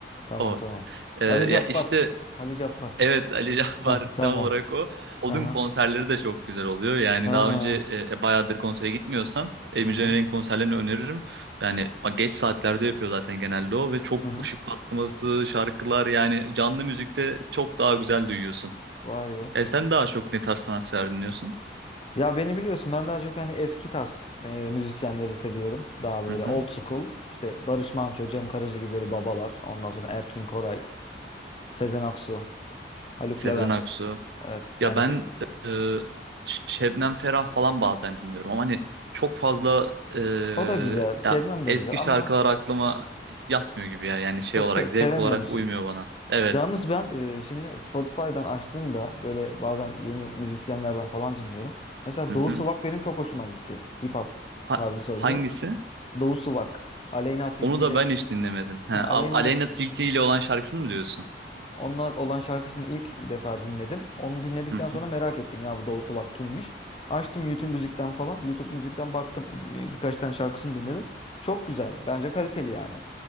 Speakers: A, on the left (about 30°); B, on the right (about 75°).
A: Tamam
B: o.
A: tamam.
B: E, ya
A: Ali Cabbar.
B: işte
A: Ali Cabbar da.
B: Evet Ali Cabbar
A: Hah, tamam.
B: <laughs> tam olarak o. Onun
A: Aha.
B: konserleri de çok güzel oluyor. Yani
A: Ha.
B: daha önce e, e, bayağıdır konsere gitmiyorsan Emre
A: Aha.
B: Caner'in konserlerini öneririm. Yani a, geç saatlerde yapıyor zaten genelde o ve çok
A: Aha.
B: ışık patlaması, şarkılar yani canlı müzikte çok daha güzel duyuyorsun.
A: Vay be.
B: E sen daha çok ne tarz sanatçılar dinliyorsun?
A: Ya beni biliyorsun ben daha çok hani eski tarz e, müzisyenleri seviyorum. Daha böyle
B: Hı hı.
A: old school. İşte Barış Manço, Cem Karaca gibi böyle babalar. Ondan sonra Erkin Koray, Sezen Aksu, Haluk
B: Sezen
A: Levent.
B: Aksu.
A: Evet
B: Ya
A: yani
B: ben
A: di-
B: e, Şebnem Ferah falan bazen dinliyorum ama hani çok fazla e,
A: o da güzel. Şebnem
B: ya
A: de
B: eski
A: güzel ama
B: şarkılar aklıma yatmıyor gibi ya. Yani şey
A: çok
B: olarak
A: se- sevemiyor
B: zevk olarak
A: musun?
B: uymuyor bana. Evet.
A: Yalnız ben e, şimdi Spotify'dan açtığımda böyle bazen yeni müzisyenlerden falan dinliyorum. Mesela
B: Hı hı.
A: Doğu Suvak benim çok hoşuma gitti. Hip hop
B: Ha-
A: tarzı söylüyor.
B: hangisi?
A: Doğu Suvak, Aleyna Tilki
B: Onu da
A: ile
B: ben hiç dinlemedim. He,
A: ha,
B: A-
A: Aleyna
B: Aleyna
A: Til-
B: Tilki ile olan şarkısını mı diyorsun?
A: onunla olan şarkısını ilk defa dinledim. Onu dinledikten
B: Hı
A: sonra
B: hı.
A: merak ettim ya bu Doğu Suvak kimmiş. Açtım YouTube müzikten falan. YouTube müzikten baktım e, birkaç tane şarkısını dinledim. Çok güzel. Bence kaliteli yani.